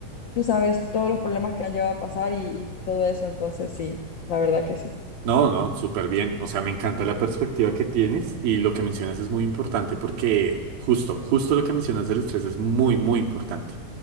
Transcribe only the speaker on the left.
tú sabes todos los problemas que han llegado a pasar y, y todo eso, entonces sí, la verdad que sí.